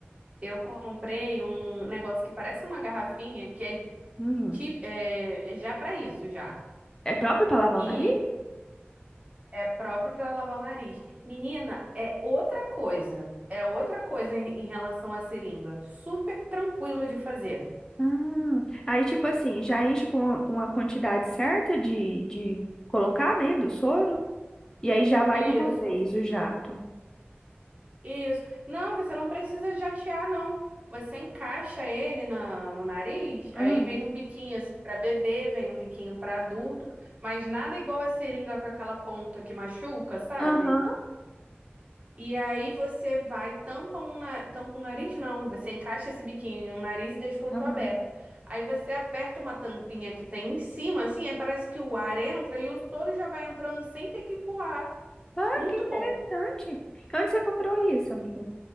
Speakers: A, on the right; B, on the left.
A: eu comprei um negócio que parece uma garrafinha, que é,
B: Hum.
A: ti- é já para isso, já.
B: É próprio pra lavar
A: E
B: o nariz?
A: é próprio para lavar o nariz. Menina, é outra coisa. É outra coisa em, em relação à seringa. Super tranquilo de fazer.
B: Ah, aí, tipo assim, já enche com, com a quantidade certa de, de colocar, né, do soro, e aí já vai
A: Isso.
B: de uma vez o jato.
A: Isso. Não, você não precisa jatear, não. Você encaixa ele na, no nariz, aí
B: Ah,
A: vem um biquinho assim para bebê, vem um biquinho para adulto, mas nada igual a seringa com aquela ponta que machuca, sabe?
B: Aham,
A: E aí você vai, tampa um, na- tampa um nariz, não. Você encaixa esse biquinho em um nariz e deixa o outro
B: aham.
A: aberto. Aí você aperta uma tampinha que tem em cima, assim, aí parece que o ar entra e o soro já vai entrando sem ter que empurrar.
B: Ah,
A: Muito
B: que interessante.
A: bom.
B: Onde você comprou isso, amiga?